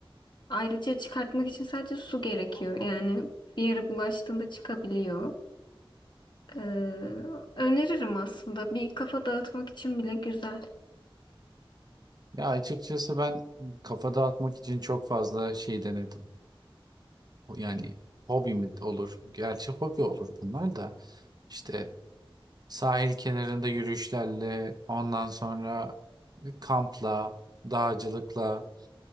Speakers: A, on the left; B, on the right.
A: Ayrıca çıkartmak için sadece su gerekiyor. Yani bir yere bulaştığında çıkabiliyor. E, öneririm aslında. Bir kafa dağıtmak için bile güzel.
B: Ya açıkçası ben kafa dağıtmak için çok fazla şey denedim. Yani hobi mi olur? Gerçi hobi olur bunlar da. İşte sahil kenarında yürüyüşlerle, ondan sonra kampla, dağcılıkla.